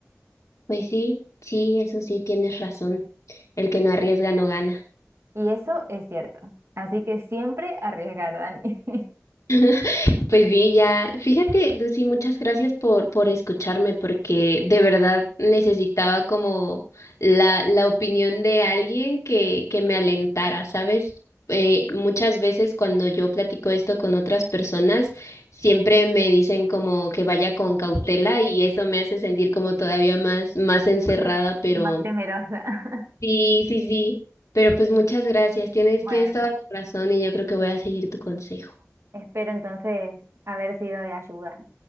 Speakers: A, on the left; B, on the right.
A: Pues sí, sí, eso sí, tienes razón. El que no arriesga no gana.
B: Y eso es cierto. Así que siempre arriesgar, Dani. <laughs>
A: <laughs> Pues sí, ya, fíjate, Lucy, muchas gracias por, por escucharme, porque de verdad necesitaba como la, la opinión de alguien que, que me alentara, ¿sabes? Eh, muchas veces cuando yo platico esto con otras personas, siempre me dicen como que vaya con cautela y eso me hace sentir como todavía más, más encerrada, pero
B: Más temerosa. <laughs>
A: sí, sí, sí, pero pues muchas gracias, tienes,
B: Bueno,
A: tienes toda la razón y yo creo que voy a seguir tu consejo.
B: espero entonces haber sido de ayuda.